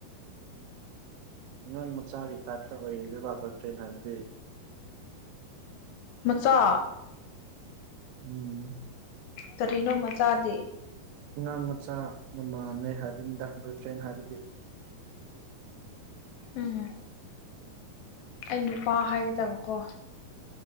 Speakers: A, on the right; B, on the left.
A: ꯎꯝ ꯑꯉꯥꯡ ꯃꯆꯥꯒꯤ ꯇꯥꯏꯞꯇ ꯑꯣꯏ ꯔꯤꯔꯤꯕ ꯕꫭꯏꯐꯔꯦꯟ ꯍꯥꯏꯕꯗꯤ
B: ꯃꯆꯥ
A: ꯎꯝ
B: ꯀꯔꯤꯅꯣ ꯃꯆꯥꯗꯤ
A: ꯑꯉꯥꯡ ꯃꯆꯥꯒ ꯃꯥꯟꯅꯩ ꯍꯥꯏꯕꯅꯤꯗ ꯕꯣꯏ ꯐ꯭ꯔꯦꯟ ꯍꯥꯏꯕꯗꯤ
B: ꯎꯝ ꯑꯩ ꯅꯨꯄꯥ ꯍꯥꯏꯒꯗꯕꯀꯣ